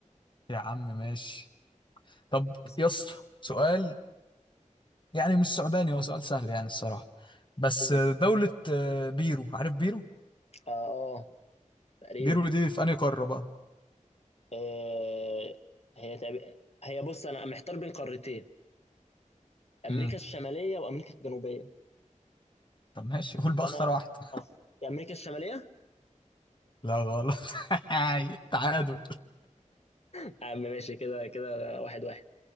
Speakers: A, on the left; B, on the left.
A: يا عم ماشي طب
B: بس
A: يا اسطى سؤال يعني مش صعباني هو سؤال سهل يعني الصراحة بس
B: قول
A: دولة آه، بيرو عارف بيرو
B: اه اه تقريبا
A: بيرو دي في انهي قارة بقى
B: آه هي تقريبا- هي بص انا محتار بين قارتين امريكا
A: امم
B: الشماليه وامريكا الجنوبيه
A: طب ماشي قول بقى
B: فانا
A: اختار
B: أخ...
A: واحدة
B: أخ... يا امريكا الشماليه
A: لا غلط <laughs> تعادل
B: يا عم ماشي كده كده واحد واحد